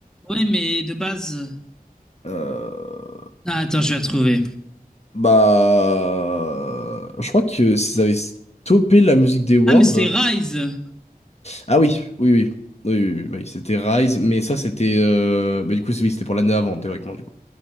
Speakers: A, in the centre; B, on the left.
A: Ouais, mais de base.
B: Euh,
A: Ah, attends, je vais retrouver.
B: Bah, je crois que s'ils avaient stoppé la musique des Worlds.
A: Ah, mais c'était Rise.
B: Ah oui, oui, oui, oui, oui, oui, bah oui, c'était Rise, mais ça c'était, euh, bah du coup c'est- oui c'était pour l'année avant théoriquement du coup.